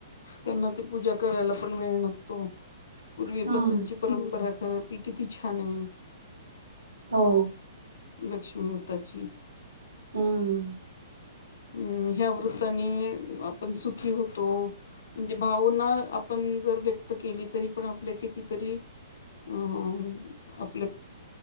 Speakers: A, on the left; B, on the right.
A: त्यांना ते पूजा करायला पण वेळ नसतो पूर्वीपासूनची
B: हम्म
A: परंपरा खरं ती किती छान आहे.
B: हो.
A: लक्ष्मीवताची
B: हम्म.
A: हम्म ह्या वृत्ताने आपण सुखी होतो. म्हणजे भावना आपण जर व्यक्त केली तरी पण आपल्या कितीतरी अम आपले